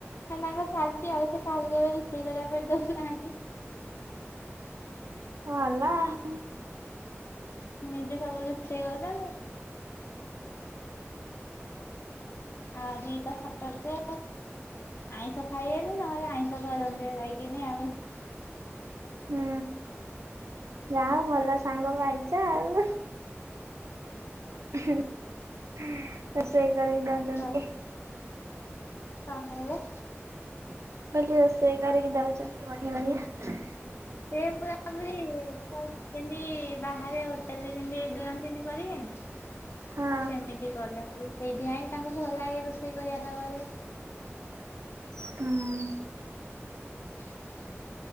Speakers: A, on the left (about 60°); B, on the right (about 85°).
A: ତାଙ୍କର ଚାଲିଛି ଆଉ, ସେ କାହାକୁ କେବେ ରୋଷେଇ କରିବା ପାଇଁ ଦଉନାହାନ୍ତି।
B: ଭଲ ଆଉ।
A: ନିଜେ ସବୁ ରୋଷେଇ କରୁଛନ୍ତି। ଆଜିିତ ସଟର୍ଡେ। ଆଇଁଷ ଖାଇବେନି, ନହେଲେ ଆଇଁଷ କରନ୍ତି ଜାଇକିନି ଆଉ।
B: ହୁଁ ଯାହା ହୋଉ ଭଲ ସାଙ୍ଗ ପାଇଛ ଆଉ। ରୋଷେଇ କରିକି ଦଉଛନ୍ତି।
A: କଣ କହିଲେ କଣ କହିଲେ?
B: କହିଲି ରୋଷେଇ କରିକି ଦଉଛନ୍ତି ବଢିଆ ବଢିଆ।
A: ସେ <inaudible> ଯେମତି ବାହାରେ ହୋଟେଲରେ ଯେମତି ଦିଅନ୍ତିନି କରିକିନି।
B: ହଁ
A: ସେ ସେମିତି କରନ୍ତି, ସେଇଥିପାଇଁ ତାଙ୍କୁ ଭଲ ଲାଗେ ରୋଷେଇ କରିବାଟା ବଧେ।
B: ହୁଁ
A: ହ <inaudible>